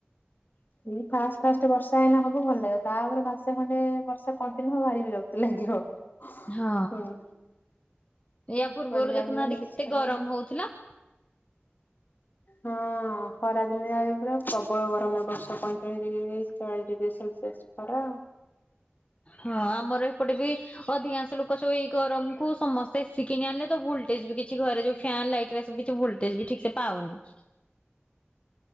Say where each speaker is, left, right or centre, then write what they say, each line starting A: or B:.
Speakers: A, on the left; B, on the left.
A: ଏଇ ଫାଷ୍ଟ ଫାଷ୍ଟ ବର୍ଷା ଏଇନା ହବ ଭଲ ଲାଗିବ ତାପରେ ମାସେ ଖଣ୍ଡେ ବର୍ଷା କଣ୍ଟିନ୍ୟୁ ହବ ଭାରି ବିରକ୍ତି ଲାଗିବ।
B: ହଁ।
A: ହୁଁ
B: ଏଆ
A: କୁଆଡେ
B: ପୂର୍ବରୁ
A: ଯାଇ
B: ଦେଖୁନାହାନ୍ତି
A: ହବନି କିଛି
B: କେତେ
A: କରିହବନି।
B: ଗରମ ହଉଥିଲା।
A: ହଁ ଖରାଦିନ <unintelligible> ପ୍ରବଳ ଗରମ ଏ ବର୍ଷ ପଇଁଚାଳିଶ ଡିଗ୍ରୀ ଚୟଳିଶ ଡିଗ୍ରୀ ସେଲସିଆସ ଖରା।
B: ହଁ ଆମର ଏପଟେ ବି ଅଧିକାଂଶ ଲୋକ୍ ଏଇ ଗରମକୁୁ ସମସ୍ ସେ ଏସି କିଣି ଆଣିଲେ ତ ଭୁଲ୍ଟେଜ୍ ବି କିଛି ଘରେ ଯୋଉ ଫ୍ୟାନ୍ ଲାଇଟ୍ ଏରା ସବୁ କିଛି ବୁଲ୍ ଟେଜ ବିି ଠିକ୍ ସେ ପାଉନି। <inaudible>